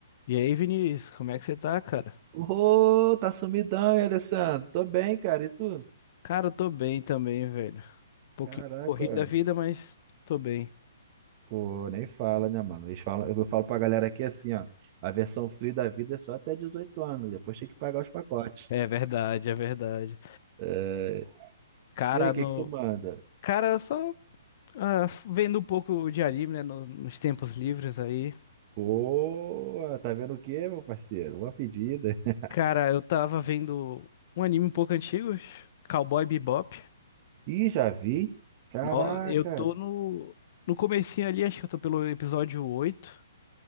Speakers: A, on the left; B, on the right.
A: E aí, Vinícius, como é que você tá, cara?
B: Ô, tá sumidão, hein, Alessandro? Tô bem, cara. E tu?
A: Cara, eu tô bem também, velho. Um pouquinho
B: Caraca,
A: corrida a vida, mas tô bem.
B: pô, nem fala, né, mano? Eles falam, eu falo pra galera aqui assim, ó. A versão free da vida é só até 18 anos. Depois tem que pagar os pacotes.
A: É verdade, é verdade.
B: É,
A: Cara,
B: E aí, o que
A: no.
B: que tu manda?
A: Cara, só ah, f- vendo um pouco de anime, né? no- Nos tempos livres aí.
B: Pô, tá vendo o quê, meu parceiro? Uma pedida. <laughs>
A: Cara, eu tava vendo um anime um pouco antigo, Cowboy Bebop.
B: Ih, já vi? Caraca,
A: No- Eu tô no. No comecinho ali, acho que eu tô pelo episódio 8.